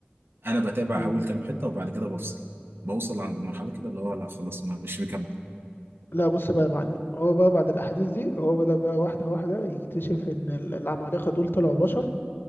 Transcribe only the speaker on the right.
انا بتابع
اول كام حته وبعد كده بفصل بوصل عند مرحله كده اللي هو لا خلاص ما مش مكمل